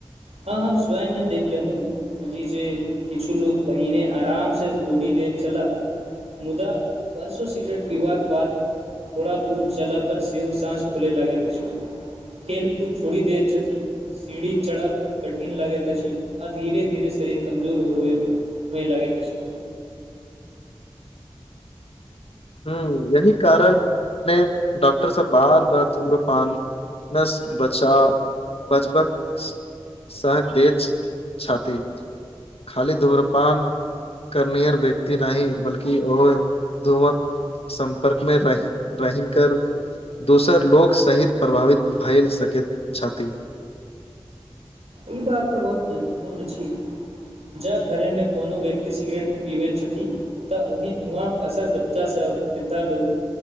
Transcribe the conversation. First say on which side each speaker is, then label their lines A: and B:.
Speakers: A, on the right; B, on the left.
A: हँ हम स्वयन्य देख लेनु बुजी जे किछु लोग पहिने आराम से दुड़ी लेय छला मुदा परसो सिगरेट पीबाक बाद थोड़ा दूर चला पर सेहो सांस फुलै लागैत अछी खेलकूद छोड़ी देत छथिन सीढ़ी चरब कठिन लागैत अछि आ धीरे धीरे शरीर कमजोर होयै लागैत अछि
B: हूँ यही कारण ने डॉक्टरसँ बार बार धुम्रपान नस बचा बजबक सह देत छाती खाली धूम्रपान कर्नियर व्यक्त नाही बल्कि ओय धूमक सम्पर्क मे रह रहींकर दोसर लोक सहित प्रभावित भए सकैत छथि
A: ई बात तऽ बहुत मेहत्वपूर्ण छै जाँ घरेमे कोनो व्यक्ति सिगरेट पीबैत छथि तऽ ओहि धुआँ असर बच्चा सब वृद्धा लु